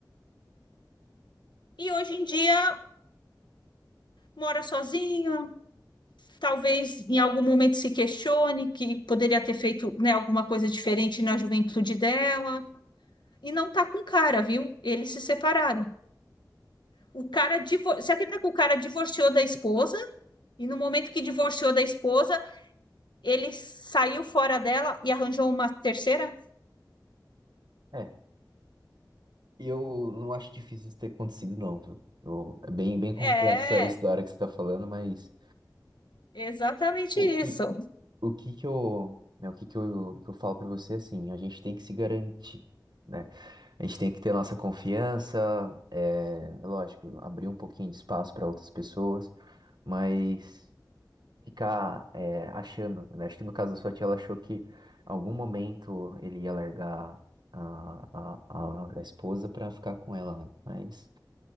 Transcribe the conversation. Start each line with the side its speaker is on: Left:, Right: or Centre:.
Left: e hoje em dia mora sozinha, talvez em algum momento se questione que poderia ter feito, né, alguma coisa diferente na juventude dela e não tá com cara, viu? Eles se separaram. O cara divor... Você acredita que o cara divorciou da esposa? E no momento que divorciou da esposa, ele saiu fora dela e arranjou uma terceira?
Right: É. E eu não acho difícil isso ter acontecido, não, viu? Eu- é bem, bem complexa
Left: É,
Right: a história que você tá falando, mas
Left: exatamente
Right: o
Left: isso.
Right: que, o que que eu, né, o que que eu, que eu falo pra você, é assim, a gente tem que se garantir, né? A gente tem que ter nossa confiança, é, é lógico, abrir um pouquinho de espaço para outras pessoas, mas ficar é, achando, né? acho que no caso da sua tia, ela achou que em algum momento ele ia largar a, a, a esposa para ficar com ela, né? Mas